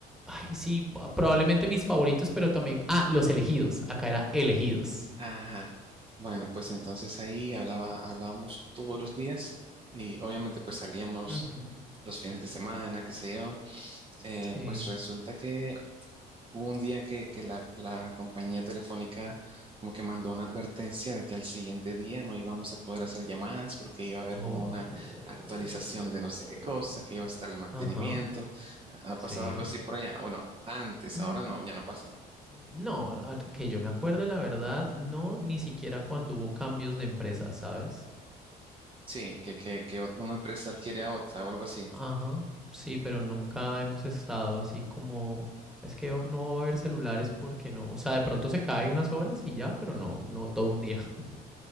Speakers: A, in the centre; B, on the right.
A: ay, sí, pa- probablemente mis favoritos, pero también ah, los elegidos, acá era elegidos.
B: Ajá. Bueno, pues entonces ahí hablaba, hablábamos todos los días y obviamente pues salíamos
A: Ujú.
B: los fines de semana, qué sé yo. Eh,
A: Sí.
B: pues resulta que hubo un día que, que la, la compañía telefónica como que mandó una advertencia de que al siguiente día no íbamos a poder hacer llamadas porque iba a haber
A: Oh.
B: como una actualización de no sé qué cosa, que iba a estar el mantenimiento.
A: Ajá.
B: ¿Ha
A: Sí.
B: pasado algo así por allá? Bueno, antes,
A: Mm,
B: ahora no, ya no pasa.
A: No, a- a- que yo me acuerde, la verdad, no, ni siquiera cuando hubo cambios de empresa, ¿sabes?
B: Sí, que, que, que una empresa adquiere a otra o algo así.
A: Ajá. Sí, pero nunca hemos estado así como. Es que no va a haber celulares porque no. O sea, de pronto se cae unas horas y ya, pero no, no todo un día. <laughs>